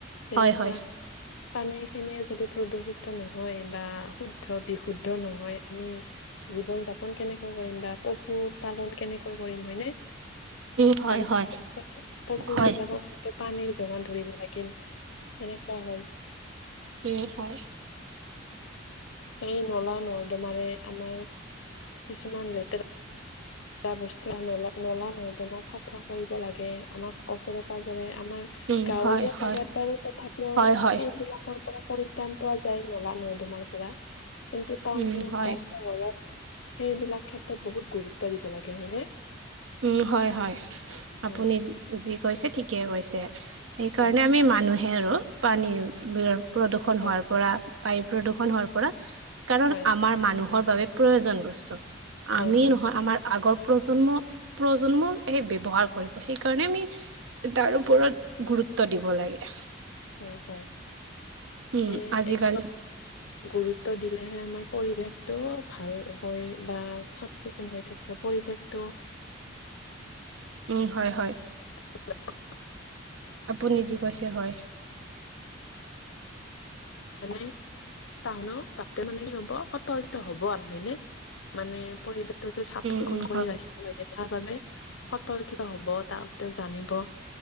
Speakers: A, on the left (about 70°); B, on the right (about 75°).
A: তেনেকুৱা
B: হয় হয়
A: পানী খিনিয়ে যদি প্ৰদূষিত নহয় বা শুদ্ধ বিশুদ্ধ নহয় আমি জীৱন যাপন কেনেকৈ কৰিম বা পশু পালন কেনেকৈ কৰিম হয়নে?
B: উম হয়
A: আমি
B: হয়
A: পশুবিলাকক
B: হয়
A: পানীৰ যোগান ধৰিব লাগিল। সেনেকোৱা হয়।
B: উম, হয়।
A: এই নলা নৰ্দমাৰে আমাৰ কিছুমান লেতেৰা বা বস্তু আ নলা - নলা নৰ্দমা চাফা কৰিব লাগে আমাক ওচৰে পাজৰে আমাৰ
B: উম
A: গাৱলীয়া
B: হয় হয়
A: জেগাত বাৰু তথাপিও
B: হয় হয়
A: সেইবিলাকৰ পৰা পৰিত্ৰাণ পোৱা যায় নলা নৰ্দমাৰ পৰা কিন্তু টাউনত
B: উম হয়
A: বা চহৰত সেইবিলাক ক্ষেত্ৰত বহুত গুৰুত্ব দিব লাগে হয়নে?
B: উম, হয় - হয় আপুনি
A: হয়
B: যি কৈছে ঠিকে কৈছে। সেইকাৰণে
A: হয়
B: আমি মানুহে আৰু পানীৰ বি প্ৰদূ্ষন
A: হয়
B: হোৱাৰ পৰা বায়ু প্ৰদূষণ হোৱাৰ পৰা কাৰণ
A: হয়
B: আমাৰ মানুহৰ বাবে প্ৰয়োজন ব স্তু, আমি
A: হয় হয়
B: নহয় আমাৰ আগৰ প্ৰজন্ম প্ৰজন্ম এই ব্যৱহাৰ কৰিব। সেইকাৰণে আমি তাৰ ওপৰত গুৰুত্ব দিব লাগে।
A: হয় হয়
B: উম
A: সে
B: আজিকালি
A: এক গুৰুত্ব দি লেহে আমাৰ পৰিৱেশটো ভাল হৈ বা চাফ চিকুণ হৈ থাকিব। পৰিৱেশটো
B: উম হয় হয়।
A: <unintelligible>
B: আপুনি যি কৈছে হয়।
A: এনেই। টাউন তাতে মানে কি হব, সতৰ্ক হব আৰু হয় নে মানে পৰিবেশ টো যে চাফ
B: উম
A: চিকুণ
B: উম
A: কৰি
B: হয়
A: ৰাখিব লাগে তাৰ বাবে সতৰ্কীয় হ'ব তাহতিও জানিব